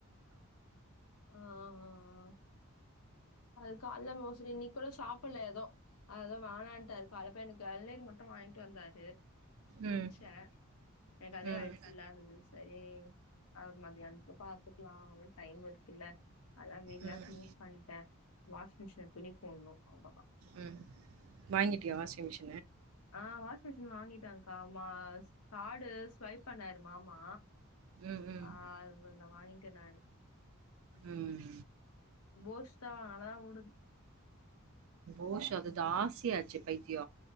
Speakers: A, on the left; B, on the right.
A: ஆஹ் ஹ் ஹ் அது கால்ல மோஸ்ட்லி இன்னக்கி கூட சாப்டல எதும் அத வேணான்டாரு கால்ல எனக்கு இளநீர் மட்டும் வாங்கிட்டு வந்தாரு
B: ம்
A: குடிச்சே அதே
B: ம்
A: வயிறு ஃபுல்லா இக்குது சேரி மதியானத்துக்கு பாத்துக்கலாம் டைம் இருக்குல அதா வீடெல்லாம்
B: ம்
A: கிளீன் பண்ணட்டேன் வாஷிங் மெஷின்ல துணி இன்னும் அவ்ளதா
B: உம் வாங்கிட்டியா வாஷிங் மிஷின்
A: ஆஹ் வாஷிங் மிஷின் வாங்கிட்டோங் கா மா கார்டு ஸ்வைப் பண்ணாரு மாமா
B: ம் ம்
A: ஆஹ் வாங்கிட்டே நா
B: ம்.
A: ஓஸ் தா நல்லா தா ஓடுது
B: ஓசா அது ஜாஸ்தி ஆச்சு பைத்திய